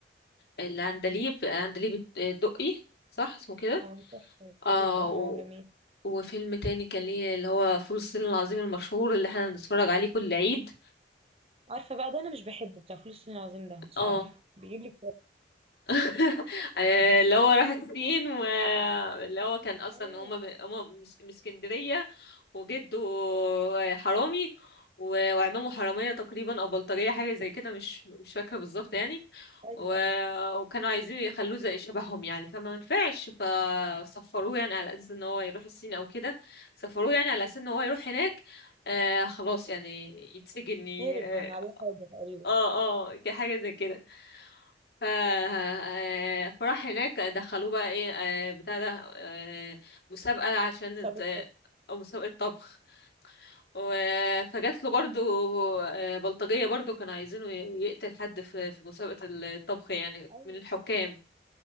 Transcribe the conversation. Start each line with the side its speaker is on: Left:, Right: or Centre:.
Left: اللي عندليب عندليب الدقي صح اسمه كده
Right: اه تحفة
Left: اه
Right: جدا
Left: و...
Right: اه جميل
Left: وفيلم تاني كان ليه اللي هو فول الصين العظيم المشهور اللي احنا بنتفرج عليه كل عيد
Right: عارفة بقى ده أنا مش بحبه بتاع فلوس الصين العظيم ده مش
Left: اه
Right: عارفة بيجيب لي
Left: <laughs> آه، اللي هو راح الصين واللي هو كان اصلا
Right: اكتئاب.
Left: هما م- هما مش مش اسكندريه وجده آه، حرامي و- وعمامه حراميه تقريبا او بلطجيه حاجه زي كده مش مش فاكره بالظبط يعني
Right: ايوه
Left: و...
Right: ايوه
Left: وكانوا عايزين يخلوه زي شبههم يعني فما نفعش فسفروه يعني على اساس ان هو يروح الصين او كده سفروه يعني على اساس ان هو يروح هناك آه خلاص يعني يتسجن ي-
Right: هرب كان عليه حاجه تقريبا
Left: اه اه حاجه زي كده ف آه، فراح هناك دخلوه بقى ايه آه، بتاع ده آه، مسابقة عشان
Right: بسبب
Left: الت- آه،
Right: حرب
Left: مسابقة طبخ و- فجات له برضو آه، بلطجية برضو كانوا عايزينه ي- يقتل حد في في مسابقة الطبخ يعني
Right: ايوه
Left: من الحكام